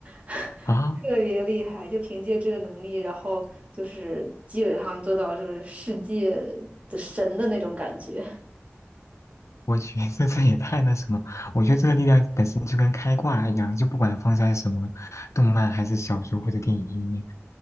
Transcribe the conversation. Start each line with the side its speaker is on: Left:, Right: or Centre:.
Right: <laughs>
Left: 啊！
Right: 特别厉害，就凭借这个能力，然后就是基本上做到就是世界的神的那种感觉。
Left: 我觉得这也太那什么，我觉得这个力量本身就跟开挂一样，就不管放在什么动漫还是小说或者电影里面，